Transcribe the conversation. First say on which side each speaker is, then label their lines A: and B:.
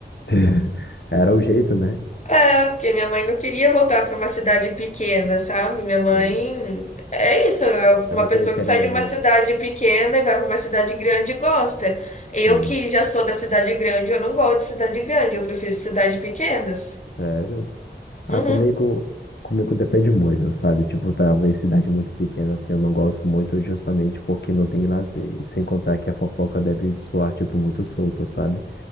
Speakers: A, on the left; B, on the left.
A: <laughs> Era o jeito, né?
B: É, porque minha mãe não queria voltar para uma cidade pequena, sabe? Minha mãe
A: Sim.
B: é isso, é uma
A: É porque,
B: pessoa que
A: querendo
B: sai de
A: ou
B: uma
A: não,
B: cidade pequena e vai para uma cidade grande e gosta. Eu
A: sim.
B: que já sou da cidade grande, eu não gosto de cidade grande, eu prefiro cidades pequenas.
A: Sério? Ah,
B: Uhum,
A: comigo, comigo depende muito, sabe? Tipo, talvez cidade muito pequena, assim, eu não gosto muito justamente porque não tem lazer. E sem contar que a fofoca deve soar, tipo, muito solta, sabe?